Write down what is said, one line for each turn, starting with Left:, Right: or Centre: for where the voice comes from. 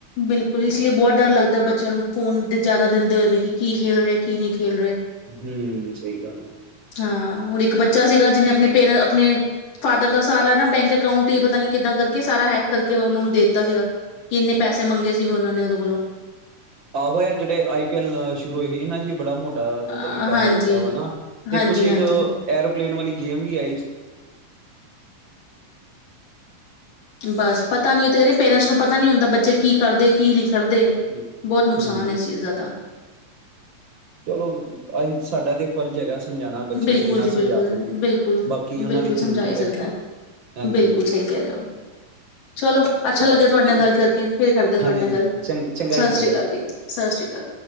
Left: ਬਿਲਕੁਲ ਇਸ ਲਈ ਬਹੁਤ ਡਰ ਲੱਗਦਾ ਬੱਚਿਆਂ ਨੂੰ ਫੋਨ ਦੇ ਜ਼ਿਆਦਾ ਦਿੰਦੇ ਹੋਏ ਵੇਖੀ, ਕੀ ਖੇਲ ਰਿਹਾ ਕੀ ਨਹੀਂ ਖੇਲ ਰਿਹਾ।
Right: ਹਮ ਸਹੀ ਗੱਲ ਹੈ
Left: ਹਾਂ ਹੁਰ ਇੱਕ ਬੱਚਾ ਸੀਗਾ ਜਿਹਨੇ ਆਪਣੇ ਪੇਰ ਆਪਣੇ ਫਾਦਰ ਦਾ ਸਾਰਾ ਨਾ ਬੈਂਕ ਅਕਾਊਂਟ ਹੀ ਪਤਾ ਨੀ ਕਿੱਦਾਂ ਕਰਕੇ ਸਾਰਾ ਹੈਕ ਕਰਕੇ ਉਹਨਾਂ ਨੂੰ ਦੇ ਦਿੱਤਾ ਸੀਗਾ ਕਿ ਇੰਨੇ ਪੈਸੇ ਮੰਗੇ ਸੀਗੇ ਉਹਨਾਂ ਨੇ ਉਹਦੇ ਕੋਲੋਂ
Right: ਆਹੋਆ ਜਿਹੜੇ ਆਈ ਪੀ ਐਲ ਸ਼ੁਰੂ ਹੋਏ ਸੀ ਇਹਨਾਂ ਚ ਵੀ ਬੜਾ ਮੋਟਾ ਤੁਡਾ
Left: ਅ,
Right: ਮਤਲਬ ਕੀ ਪੈਸਾ
Left: ਹਾਂਜੀ
Right: ਲੱਗਦਾ ਵਾ ਨਾ ਤੇ
Left: ਹਾਂਜੀ
Right: ਕੁਛ ਇੱਕਰ
Left: ਹਾਂਜੀ
Right: ੈਣ ਵਾਲੀ ਗੇਮ ਵੀ ਆਈ
Left: ਬਸ ਪਤਾ ਨੀ ਉਹ ਕਹ ਪੇਰੈਂਟਸ ਨੂੰ ਪਤਾ ਨੀ ਹੁੰਦਾ ਬੱਚੇ ਕੀ ਕਰਦੇ ਕੀ ਲਿਖਦੇ ਕਰਦੇ
Right: ਹੂੰ
Left: ਬਹੁਤ ਨੁਕਸਾਨ
Right: ਹੂੰ
Left: ਹੈ ਇਸ ਚੀਜ਼ ਦਾ ਤਾਂ
Right: ਚਲੋ ਅਸੀਂ ਸਾਡਾ ਤੇ ਫਰਜ਼ ਹੈਗਾ ਸਮਝਾਉਣਾ ਬੱਚੇ
Left: ਬਿਲਕੁਲ
Right: ਨੂੰ ਜਿੰਨਾ
Left: ਜੀ ਬਿਲਕੁਲ
Right: ਸਮਝਾ ਸਕਦੇ ਹ
Left: ਬਿਲਕੁਲ
Right: ਬਾਕੀ ਉਹਨਾਂ
Left: ਬਿਲਕੁਲ
Right: ਦੀ
Left: ਸਮਝਾਇਆ
Right: ਥਿੰਕਿੰਗ
Left: ਸਕਦਾ
Right: ਹੈ ਹਾਂਜੀ
Left: ਬਿਲਕੁਲ
Right: ਹਾਂਜੀ
Left: ਸਹੀ ਕਹਿ ਰਹੇ ਹੋ ਚਲੋ ਅੱਛਾ
Right: ਚਲ
Left: ਲੱਗਿਆ ਤੁਹਾਡੇ ਨਾਲ
Right: ਹਾਂਜੀ
Left: ਗੱਲ ਕਰਕੇ ਫੇਰ ਕਰਦੇ ਹ ਤੁਹਾਡੇ ਨਾਲ
Right: ਹਾਂਜੀ
Left: ਗੱਲ
Right: ਚੰ ਚੰਗਾ
Left: ਸਤਿ
Right: ਜੀ ਚੰਗਾ
Left: ਸ੍ਰੀ ਅਕਾਲ ਜੀ ਸਤਿ ਸ੍ਰੀ ਅਕਾਲ